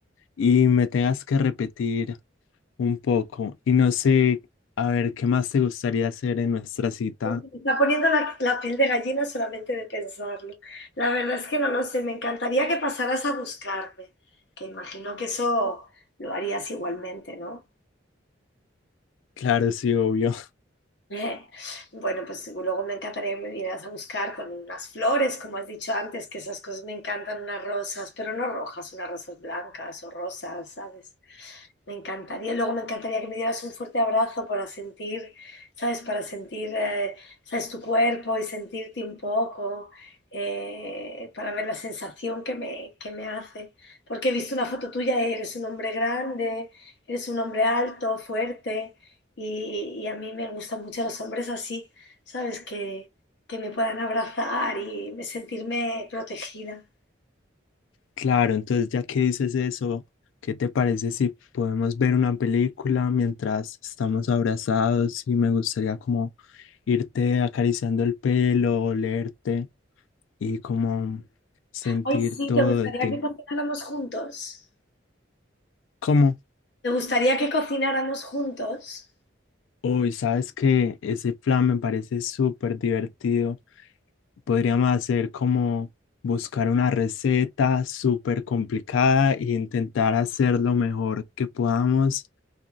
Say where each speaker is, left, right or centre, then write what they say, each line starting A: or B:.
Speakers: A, on the left; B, on the left.
A: y me tengas que repetir un poco y no sé, a ver, ¿qué más te gustaría hacer en nuestra cita?
B: Me está poniendo la, la piel de gallina solamente de pensarlo. La verdad es que no lo sé. Me encantaría que pasaras a buscarme, que imagino que eso lo harías igualmente, ¿no?
A: Claro, sí, obvio.
B: <laughs> Eh, Bueno, pues luego me encantaría que me vinieras a buscar con unas flores, como has dicho antes, que esas cosas me encantan, unas rosas, pero no rojas, unas rosas blancas o rosas, ¿sabes? Me encantaría. Luego me encantaría que me dieras un fuerte abrazo para sentir, ¿sabes? Para sentir, eh, ¿sabes? Tu cuerpo y sentirte un poco, eh, para ver la sensación que me, que me hace. Porque he visto una foto tuya, eres un hombre grande, eres un hombre alto, fuerte. Y, y a mí me gustan mucho los hombres así, ¿sabes? Que, que me puedan abrazar y me- sentirme protegida.
A: Claro, entonces ya que dices eso, ¿qué te parece si podemos ver una película mientras estamos abrazados y me gustaría como irte acariciando el pelo, olerte y como sentir
B: Ay, sí,
A: todo
B: ¿te gustaría
A: de ti?
B: que cocináramos juntos?
A: ¿Cómo?
B: ¿Te gustaría que cocináramos juntos?
A: Uy, sabes que ese plan me parece súper divertido. Podríamos hacer como buscar una receta súper complicada e intentar hacer lo mejor que podamos